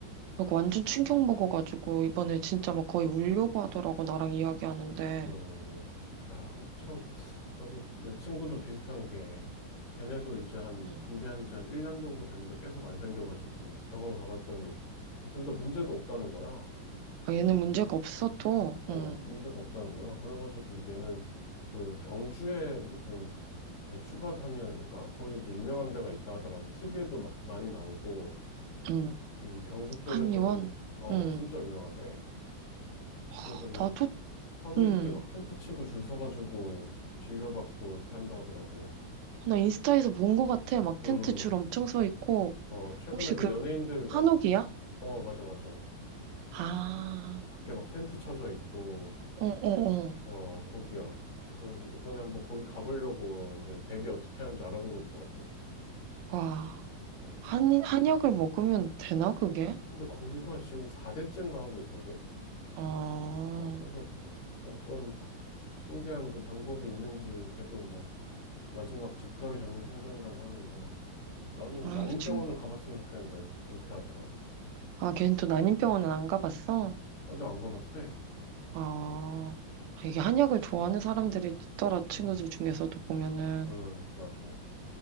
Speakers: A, on the right (about 75°); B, on the left (about 80°).
A: 그리고 완전 충격 먹어가지고 이번에 진짜 막 거의 울려고 하더라고 나랑 이야기하는데.
B: 음, 야, 근데 참, 나도 내 친구도 비슷한 게, 걔네도 이제 한,
A: 응
B: 준비한 지 한 1년 정도 됐는데 계속 안 생겨가지고, 이제 병원 가봤더니, 둘 다 문제도 없다는 거야.
A: 아, 얘는 문제가 없어도.
B: 어,
A: 응.
B: 문제가 없다는 거야. 그래가지고 얘는 그 경주에 무슨 대추밭 한의원인가? 거기 이제 유명한 데가 있다 하더라고. TV에도 막 많이 나오고,
A: 응.
B: 이 경북 쪽에서는,
A: 한의원.
B: 어,
A: 응.
B: 진짜 유명하대.
A: 하,
B: 그래서 막
A: 나도
B: 하루
A: 응.
B: 이틀 막 텐트 치고 줄 서가지고 진료받고 이렇게 한다 하더라고.
A: 나 인스타에서 본 거 같아. 막
B: 음,
A: 텐트 줄 엄청 서 있고.
B: 어, 최근에
A: 혹시
B: 그
A: 그
B: 연예인들
A: 한옥이야?
B: 나, 저- 어, 맞아, 맞아.
A: 아.
B: 밖에 막 텐트 쳐져 있고,
A: 어, 어, 어.
B: 어, 거기야. 그래서 이번에 한번 거기 가보려고 이제 대기 어떻게 하는지 알아보고 있더라고.
A: 와.
B: 어,
A: 한
B: 그래서,
A: 한약을 먹으면 되나 그게?
B: 근데 거기가 지금 4대째인가 하고 있거든?
A: 아.
B: 어, 그래서 뭐 어떤 바- 신기한 그 방법이 있는지 걔도 뭐 마지막 지푸라기 잡는 심정이라고 하는데 나는
A: 아이,
B: 난임병원을
A: 지금
B: 가봤으면 좋겠는데 그렇게 하더라.
A: 아, 걔는 또 난임병원은 안 가봤어?
B: 아직 안 가봤대.
A: 아, 아, 이게 한약을 좋아하는 사람들이 있더라, 친구들
B: 응,
A: 중에서도 보면은.
B: 응, 맞아.